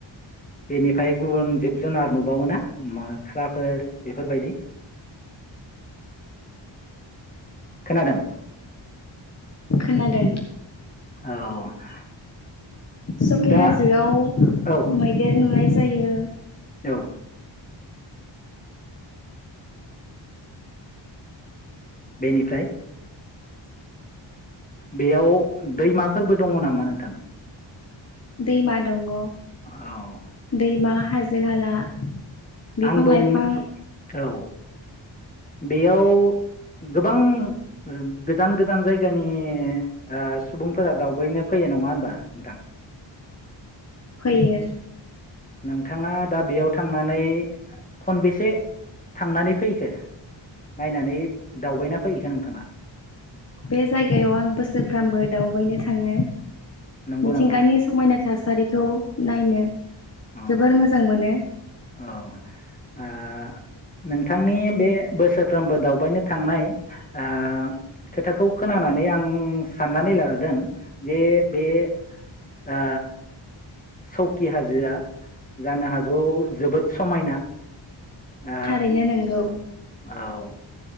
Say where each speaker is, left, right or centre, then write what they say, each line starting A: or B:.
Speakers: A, on the left (about 15°); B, on the left (about 35°).
A: बेनिफाय गुबुन जिब जुनार नुबावोना मोख्राफोर बेफोरबायदि खोनादों
B: खोनादों
A: औ
B: सकि
A: दा
B: हाजोआव
A: औ
B: मैदेर नुनाय जायो।
A: औ बेनिफ्राय बेयाव दैमाफोरबो दङ नामा नोंथां?
B: दैमा दङ।
A: औ
B: दैमा हाजो हाला बिफां
A: आंबो
B: लाइफां
A: औ बेयाव गोबां गोजान गोजान जायगानि ओ सुबुंफोरा दावबायनो फैयो नङा होनबा नोंथां।
B: फैयो
A: नोंथाङा दा बेयाव थांनानै खनबेसे थांनानै फैखो नायनानै? दावबायना फैखो नोंथाङा
B: बे जायगायाव आं बोसोरफ्रामबो दावबायनो थाङो।
A: नंगौ
B: मिथिंगानि
A: नामा?
B: समायना थासारिखौ नायनो
A: औ
B: जोबोर मोजां मोनो।
A: औ ओ नोंथांनि बे बोसोरफ्रोमबो दावबायनो थांनाय ओ खोथाखौ खोनानानै आं साननानै लादों जे बे ओ सौकि हाजोआ जानो हागौ जोबोद समायना ओ
B: थारैनो नोंगौ
A: औ